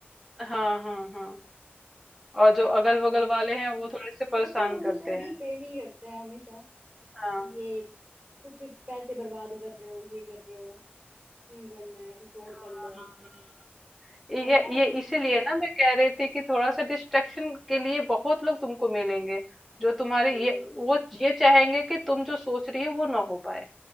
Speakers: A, in the centre; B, on the right.
A: हाँ हाँ हाँ और जो अगल
B: वही
A: बगल वाले हैं वो थोड़े से
B: तो
A: परेशान
B: वो तो हमेशा
A: करते
B: डिफेम
A: हैं
B: ही करते हैं हमेशा कि
A: हाँ
B: ये कुछ पैसे बर्बाद कर रहे हो ये कर रहे हो क्यों करना है कुछ और
A: हाँ।
B: कर लो
A: ये
B: वही ना उन
A: ये इसीलिए ना मैं कह रही थी कि थोड़ा सा डिस्ट्रक्शन के लिए बहुत लोग तुमको मिलेंगे जो तुम्हारे
B: वही
A: ये वो ये चाहेंगे कि तुम जो सोच रही हो वो ना हो पाए